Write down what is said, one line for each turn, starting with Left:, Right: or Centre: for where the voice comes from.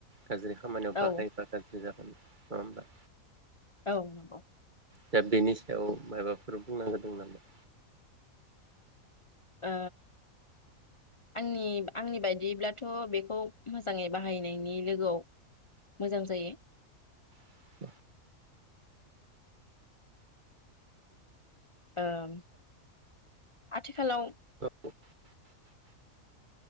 Right: गाज्रि खामानियाव
Left: औ
Right: बाखायोबा गाज्रि जा नंङा होमबा
Left: औ नंगौ।
Right: दा बेनि सायाव माबाफोर बुंना होदों नामा?
Left: ओ आंनि आंनि बायदिब्लाथ बेखौ मोजाङै बाहायनायनि लोगोआव मोजां जायो
Right: <inaudible>
Left: ओम आथिखालाव
Right: <inaudible>